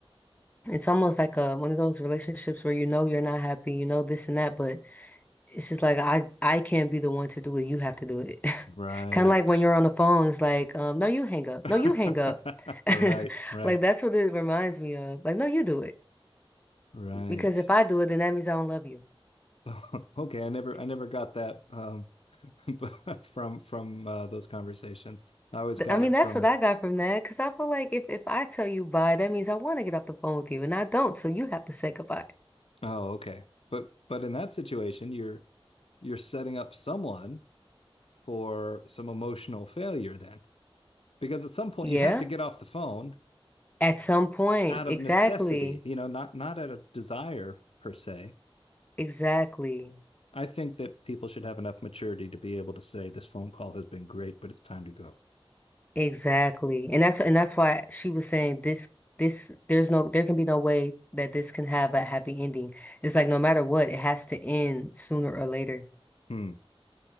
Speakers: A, on the left (about 15°); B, on the left (about 75°).
A: It's almost like a one of those relationships where you know you're not happy, you know this and that, but it's just like I I can't be the one to do it. You have to do it. <laughs>
B: Right.
A: Kind of like when you're on the phone, it's like, um, no, you hang up.
B: <laughs>
A: No, you hang up. <laughs>
B: All right, right,
A: Like that's what it reminds me of. Like, no, you do it.
B: right.
A: Because if I do it, then that means I don't love you.
B: <laughs> Okay, I never I never got that. Um, <laughs> from from uh, those conversations. I always got
A: I mean,
B: it
A: that's
B: from,
A: what I got from that. Because I feel like if, if I tell you bye, that means I want to get off the phone with you, and I don't. So you have to say goodbye.
B: oh, okay. But but in that situation, you're you're setting up someone for some emotional failure then. Because at some point
A: Yeah.
B: you have to get off the phone
A: At some point.
B: out
A: Exactly.
B: of necessity, you know, not not out of desire per se.
A: Exactly.
B: I think that people should have enough maturity to be able to say this phone call has been great, but it's time to go.
A: Exactly. And that's and that's why she was saying this this there's no there can be no way that this can have a happy ending. It's like no matter what, it has to end sooner or later.
B: Hmm.